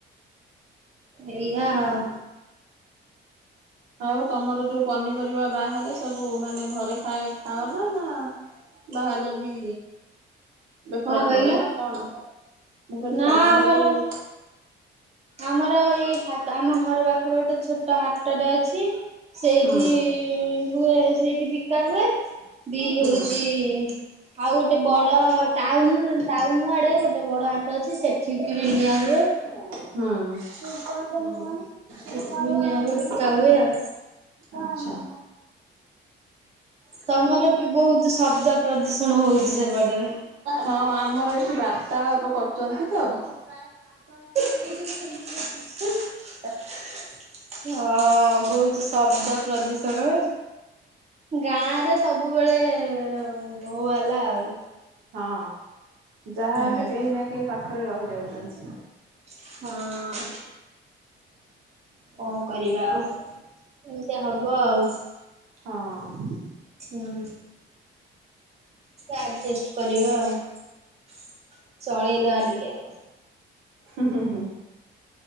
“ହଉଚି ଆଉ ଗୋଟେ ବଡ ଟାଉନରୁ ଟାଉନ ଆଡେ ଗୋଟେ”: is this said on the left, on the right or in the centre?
Right